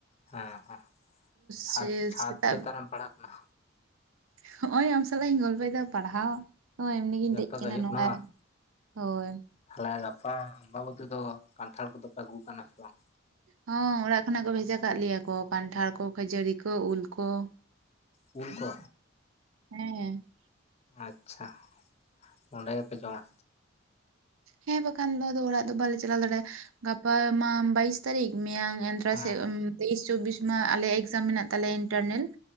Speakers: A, on the left; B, on the right.
A: ᱦᱮᱸ ᱦᱮᱸ ᱪᱷᱟᱫᱽ,
B: ᱥᱮ
A: ᱪᱷᱟᱫᱽ
B: ᱥᱮᱛᱟᱜ
A: ᱪᱮᱛᱟᱱ ᱨᱮᱢ ᱯᱟᱲᱦᱟᱜ ᱠᱟᱱᱟ?
B: ᱦᱚᱜᱼᱚᱭ ᱟᱢ ᱥᱟᱞᱟᱜ ᱤᱧ ᱜᱚᱞᱯᱚᱭᱫᱟ, ᱯᱟᱲᱦᱟᱣ ᱦᱚᱭ ᱮᱢᱱᱤ ᱜᱤᱧ
A: ᱡᱚᱛᱚ
B: ᱫᱮᱡ ᱠᱟᱱᱟ
A: ᱜᱮ ᱦᱩᱭᱩᱜ
B: ᱱᱚᱣᱟ,
A: ᱵᱟᱝ
B: ᱦᱚᱭ ᱾
A: ᱛᱟᱦᱚᱞᱮ ᱜᱟᱯᱟᱢ ᱟᱢᱵᱟᱵᱚᱛᱤ ᱫᱚ ᱠᱟᱱᱴᱷᱟᱲ ᱠᱚᱫᱚᱯᱮ ᱟᱹᱜᱩ ᱠᱟᱣᱱᱟ ᱥᱮ ᱵᱟᱝ?
B: ᱦᱚᱸ ᱚᱲᱟᱜ ᱠᱷᱚᱱᱟᱜ ᱠᱚ ᱵᱷᱮᱡᱟ ᱠᱟᱜ ᱞᱮᱭᱟ ᱠᱚ ᱠᱟᱱᱴᱷᱟᱲ ᱠᱚ, ᱠᱷᱟᱹᱡᱟᱹᱲᱤ ᱠᱚ, ᱩᱞ ᱠᱚ ᱾
A: ᱩᱞ ᱠᱚ᱾
B: ᱦᱮᱸ ᱾
A: ᱟᱪᱪᱷᱟ ᱚᱸᱰᱮ ᱜᱮᱯᱮ ᱡᱚᱢᱟ?
B: ᱦᱮᱸ ᱵᱟᱠᱷᱟᱱ ᱫᱚ ᱟᱫᱚ ᱚᱲᱟᱜ ᱫᱚ ᱵᱟᱞᱮ ᱪᱟᱞᱟᱣ ᱫᱟᱲᱮᱭᱟᱜᱼᱟ ᱜᱟᱯᱟ ᱢᱟ ᱵᱟᱭᱤᱥ ᱛᱟᱹᱨᱤᱠᱷ, ᱢᱮᱭᱟᱝ ᱮᱱᱫᱨᱟᱭ
A: ᱦᱮᱸ
B: ᱥᱮᱫ ᱛᱮᱭᱤᱥ-ᱪᱚᱵᱽᱵᱤᱥ ᱢᱟ ᱟᱞᱮᱭᱟᱜ ᱮᱠᱡᱟᱢ ᱢᱮᱱᱟᱜ ᱛᱟᱞᱮᱭᱟ ᱤᱱᱴᱟᱨᱱᱮᱞ ᱾